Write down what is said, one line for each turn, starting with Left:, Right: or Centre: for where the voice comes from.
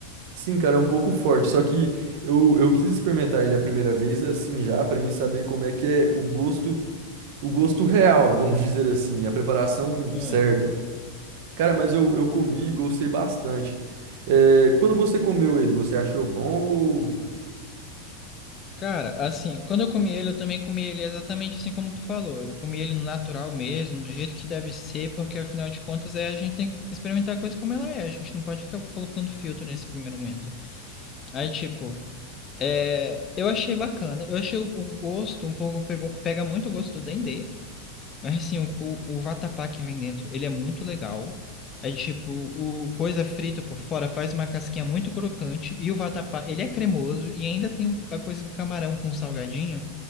Right: sim, cara, é um pouco forte. Só que eu, eu quis experimentar ele a primeira vez assim já, pra mim saber como é que é o gosto, o gosto real, vamos dizer assim, a preparação
Left: Ah.
Right: certa. Cara, mas eu, eu comi e gostei bastante. É, quando você comeu ele, você achou bom ou.
Left: Cara, assim, quando eu comi ele, eu também comi ele exatamente assim como tu falou. Eu comi ele no natural mesmo, do jeito que deve ser, porque afinal de contas é a gente tem que experimentar a coisa como ela é. A gente não pode ficar colocando filtro nesse primeiro momento. Aí, tipo, é, eu achei bacana. Eu achei o, o gosto um pouco, pegou- pega muito o gosto do Dendê. Mas, assim, o, o, o vatapá que vem dentro, ele é muito legal. Aí, tipo, o coisa frita por fora faz uma casquinha muito crocante. E o vatapá, ele é cremoso. E ainda tem a coisa do camarão com salgadinho.